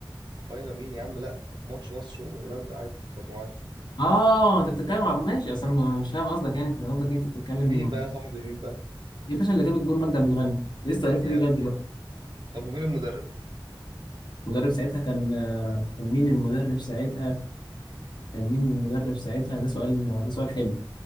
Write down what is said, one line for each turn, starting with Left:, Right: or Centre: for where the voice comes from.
Right: فاينل مين يا عم لا ماتش مصر وهولندا عادي في المجموعات
Left: اه انت بتتكلم على ماشي اصل انا أنا مش فاهم قصدك يعني انت قصدك إيه؟ انت بتتكلم
Right: مين بقى يا صاحبي مين بقى
Left: يا باشا اللي جاب الجول مجدي عبد الغني لسه عرفنا
Right: يا
Left: بيه لغايه
Right: ابن
Left: دلوقتي
Right: ال... طب ومين المدرب
Left: المدرب ساعتها كان كان مين المدرب ساعتها كان مين المدرب ساعتها ده سؤال ده سؤال حلو